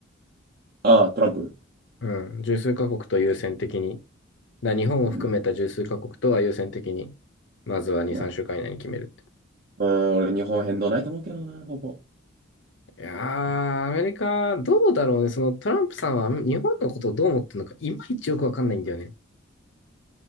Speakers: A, on the right; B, on the left.
A: ああ、トランプ。
B: うん。十数カ国と優先的に。だ日本を含めた十数カ国とは優先的に、
A: うん。
B: まずは2、
A: まあ、
B: 3週間以内に決めるって。
A: うん、俺、日本変動ないと思うけどな、ほぼ。
B: いやー、アメリカ、どうだろうね。そのトランプさんは日本のことをどう思ってるのか、いまいちよくわかんないんだよね。